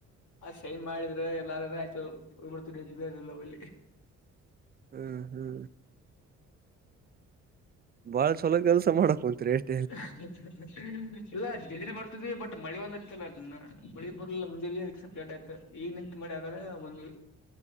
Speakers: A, on the left; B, on the right.
A: ಅಷ್ಟ ಸೇನ ಮಾಡಿದ್ರೆ ಎಲ್ಲಾರೂ ಆಯ್ತು ಹೋಗಬಡ್ತಂತಲ್ಲಲ್ಲಿ
B: ಹ್ಮ್ ಹ್ಮ್ ಬಾಳ ಚಲೋ ಕೆಲ್ಸ ಮಾಡಕ್ಂತ್ರಿ ಎಷ್ಟ್
A: ಹಾಗೆ <inaudible> ಇಲ್ಲ ಜಲ್ದಿನೆ ಬರ್ತ್ವಿ ಬಟ್ ಮಳೆ ಒಂದ ಇತ್ತಲ್ಲ ಮಳಿ ಬರ್ಲಲ್ಲ ಮುಂಜೆಲ್ಲಿ ಅದ ಸ್ಟಾರ್ಟ್ ಆಯತ ಈಗ ನಿಂತ ಮಾಳಿ ಆಗಲೆ ಒಂದು